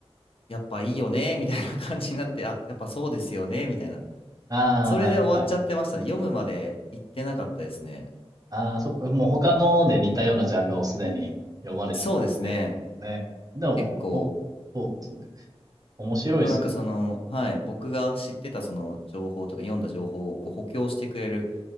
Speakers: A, on the left; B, on the right.
A: やっぱいいよね、みたいな感じになって、あ、やっぱそうですよね、みたいな。
B: ああ、
A: それで終わっちゃってましたね。
B: はい、はい。
A: 読むまで行ってなかったですね。
B: ああ、そっか、もう他ので似たようなジャンルをすでに読まれてたんで、
A: そうですね。
B: ね。でも、
A: 結構
B: お、そうですね。面白いですよね。
A: でもなんかその、はい、僕が知ってたその情報とか読んだ情報をこう補強してくれる